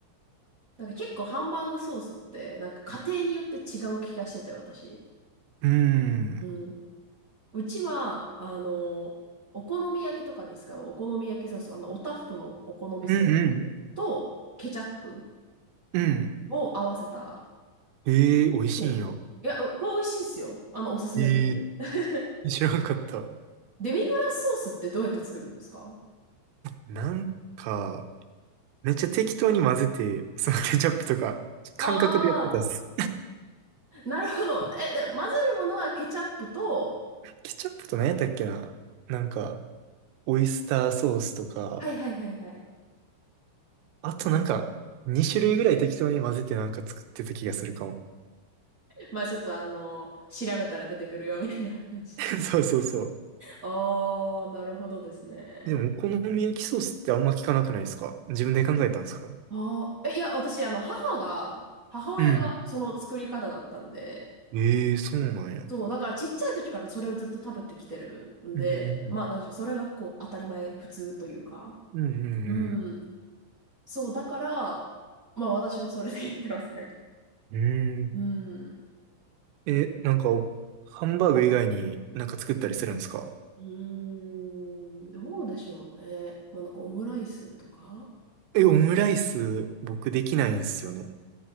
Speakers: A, on the right; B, on the right.
A: なんか結構ハンバーグソースって、なんか家庭によって違う気がしてて、私。
B: ーん。
A: うん。うちは、あの、お好み焼きとかに使うお好み焼きソース、あの、おたふくのお好みソースとケチャップ
B: うんうん。うん。
A: を合わせた
B: ええー、美味しいんよ。
A: ソース。いや、これ美味しいですよ。あの、おすすめです。
B: ええ
A: <laughs>
B: 知らんかった。
A: デミグラスソースってどうやって作るんですか
B: なんか、めっちゃ適当に混ぜて、そのケチャップとか、感覚でやってたっす。
A: ああー、<laughs> なるほど。え、で、混ぜるものはケチャップと、
B: ケチャップと何やったっけななんか、オイスターソースとか、
A: はいはいはいはい。
B: あとなんか、2種類ぐらい適当に混ぜてなんか作ってた気がするかも。
A: まあちょっとあの、調べたら出てくるよみたいな感じ
B: <laughs> そうそうそう。
A: ああ、なるほどですね。
B: でも、お好み焼きソースってあんま聞かなくないですか自分で考えたんですか
A: ああ、え、いや、私、あの、母が、母親がその作り方だったんで、
B: うん。ええそうなんや。
A: そう、だからちっちゃい時からそれをずっと食べてきてるんで、
B: うん。
A: まあ、なんでしょう、それがこう、当たり前、普通というか。
B: うんう
A: うん。
B: ん
A: そう、だから、まあ、私もそれでやってますね。
B: うん。うん。
A: うん。
B: え、なんかお、ハンバーグ以外になんか作ったりするんですか
A: うーん、どうでしょうね。まあ、なんかオムライスとか
B: え、オムライス、僕できないんですよね。